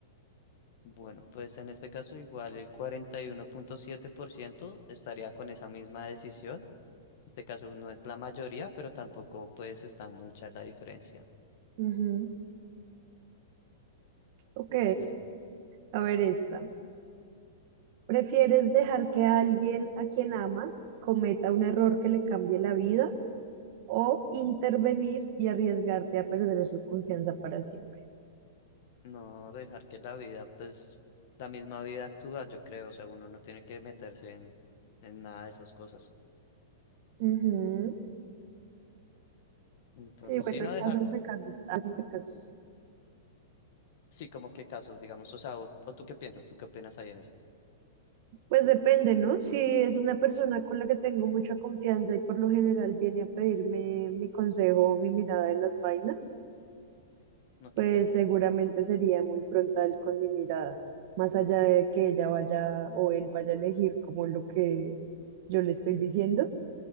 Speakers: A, on the left; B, on the right.
A: Bueno, pues en este caso igual el cuarenta y uno punto siete por ciento estaría con esa misma decisión. En este caso no es la mayoría, pero tampoco pues está mucha la diferencia.
B: Ujú. Ok,
A: Dale,
B: a ver esta. ¿Prefieres dejar que alguien a quien amas cometa un error que le cambie la vida o intervenir y arriesgarte a perder su confianza para siempre?
A: no dejar que la vida, pues la misma vida actúa, yo creo, o sea, uno no tiene que meterse en, en nada de esas cosas.
B: Ujú.
A: Entonces,
B: Sí, bueno,
A: sí, no
B: hay casos
A: dejar,
B: de casos, casos de casos.
A: sí, como qué casos, digamos, o sea, o, o tú qué piensas, tú qué opinas ahí en eso.
B: Pues depende, ¿no? Si es una persona con la que tengo mucha confianza y por lo general viene a pedirme mi consejo o mi mirada de las vainas,
A: Ok,
B: pues seguramente sería muy frontal con mi mirada, más allá de que ella vaya o él vaya a elegir como lo que yo le estoy diciendo,